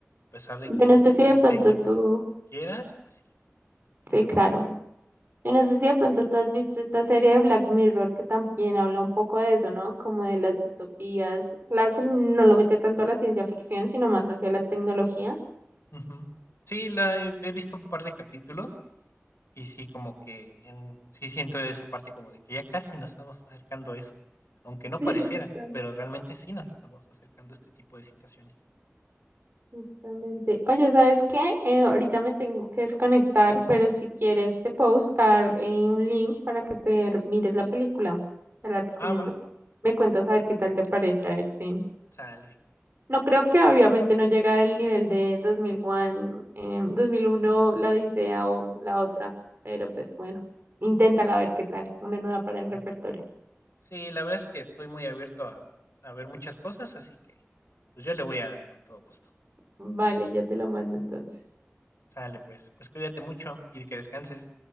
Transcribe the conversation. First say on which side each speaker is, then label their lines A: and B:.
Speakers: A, on the left; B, on the right.
A: a pesar de
B: Yo
A: que
B: no
A: sus
B: sé
A: detalles
B: si de pronto
A: técnicos
B: tú,
A: y lo que tú quieras, pues sí,
B: sí,
A: en lo
B: claro.
A: que es.
B: Yo no sé si de pronto tú has visto esta serie de Black Mirror que también habla un poco de eso, ¿no? Como de las distopías. Claro que no lo mete tanto a la ciencia ficción, sino más hacia la tecnología. <laughs>
A: Ujú. Sí, la he he visto un par de capítulos. Y sí, como que en sí siento esa parte como de que ya casi nos estamos acercando a eso, aunque no
B: Sí,
A: pareciera,
B: justamente.
A: pero realmente sí nos estamos acercando a este tipo de situaciones.
B: Justamente. Oye, ¿sabes qué? Eh, ahorita me tengo que desconectar, pero si quieres te puedo buscar eh, un link para que te mires la película. Te la recomiendo.
A: Ah, va,
B: Me cuentas a ver qué tal te parece, a ver si
A: sale.
B: No creo que obviamente no llega al nivel de 2001, eh, 2001, La Odisea o la otra, pero pues bueno, inténtala a ver qué tal, una nueva para el
A: Pues,
B: repertorio.
A: sí, la verdad es que estoy muy abierto a, a ver muchas cosas, así que pues yo le voy a dar con todo gusto.
B: Vale, ya te lo mando entonces.
A: Sale, pues, pues cuídate mucho y que descanses.